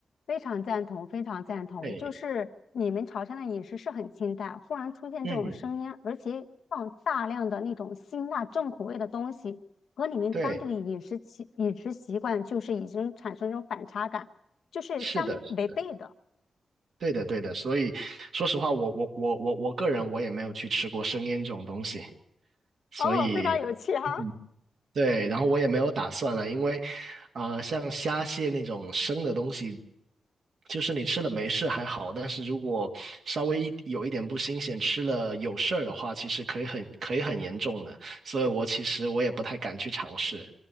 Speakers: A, on the left; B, on the right.
A: 非常赞同，非常赞同。
B: 对，
A: 就是你们潮汕的饮食是很清淡，忽然出现这种声音，
B: 嗯，
A: 而且放大量的那种辛辣重口味的东西，和你们当地的饮食习饮食习惯就是已经产生一种反差感，
B: 对，
A: 就是相违背的。
B: 是的，是的，对的，对的。所以说实话，我我我我我个人我也没有去吃过生腌这种东西，所以
A: 哦，非常有趣哈。
B: 嗯，对，然后我也没有打算了，因为啊、呃像虾蟹那种生的东西，就是你吃了没事还好，但是如果稍微一有一点不新鲜，吃了有事儿的话，其实可以很可以很严重的。所以我其实我也不太敢去尝试。